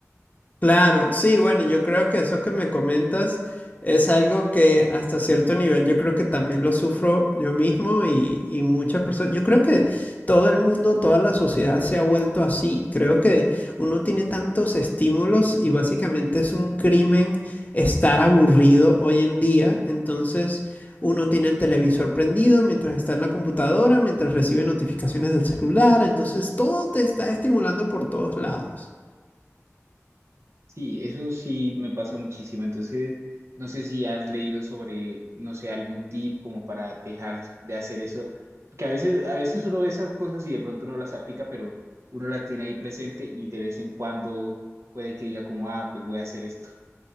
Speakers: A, on the left (about 30°); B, on the right (about 60°).
A: Claro, sí, bueno, yo creo que eso que me comentas es algo que hasta cierto nivel yo creo que también lo sufro yo mismo y, y muchas personas. Yo creo que todo el mundo, toda la sociedad se ha vuelto así. Creo que uno tiene tantos estímulos y básicamente es un crimen estar aburrido hoy en día. Entonces uno tiene el televisor prendido mientras está en la computadora, mientras recibe notificaciones del celular. Entonces todo te está estimulando por todos lados.
B: Sí, eso sí me pasa muchísimo. Entonces, no sé si has leído sobre, no sé, algún tip como para dejar de hacer eso, porque a veces, a veces uno ve esas cosas y de pronto no las aplica, pero uno las tiene ahí presente y de vez en cuando puede que diga como, ah, pues voy a hacer esto.